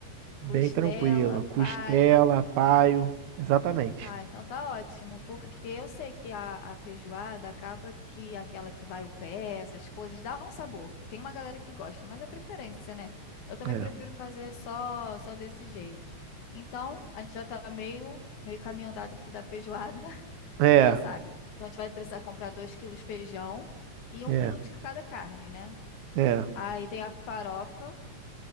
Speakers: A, on the right (about 80°); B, on the left (about 80°).
A: bem
B: costela,
A: tranquila, costela,
B: paio,
A: paio, exatamente.
B: Ah, então tá ótimo, porque eu sei que a, a feijoada acaba que aquela que vai o pé, essas coisas, dá um sabor. que Tem uma galera que gosta, mas é preferência, né? Eu também
A: É.
B: prefiro fazer só só desse jeito. Então, a gente já tá meio, meio caminho andado aqui da feijoada, <laughs>
A: É,
B: já sabe. Então, a gente vai precisar comprar dois quilos de feijão e um
A: é,
B: quilo de cada carne, né?
A: é.
B: Aí tem a farofa,